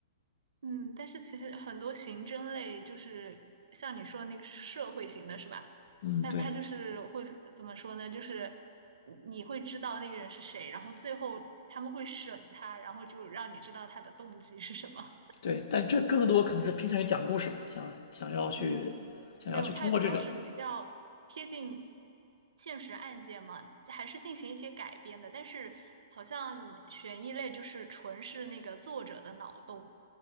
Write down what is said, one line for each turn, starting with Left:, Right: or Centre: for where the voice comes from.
Right: 嗯，但是其实很多刑侦类就是像你说的那个社会型的是吧？
Left: 嗯，
Right: 那他就是会怎么说呢？
Left: 对。
Right: 就是你你会知道那个人是谁，然后最后他们会审他，然后就让你知道他的动机是什么。
Left: 对，但这更多可能是偏向于讲故事嘛，想想要去想要去通过这个，
Right: 嗯，没有，它主要是比较贴近现实案件嘛，还是进行一些改编的。但是好像悬疑类就是纯是那个作者的脑洞。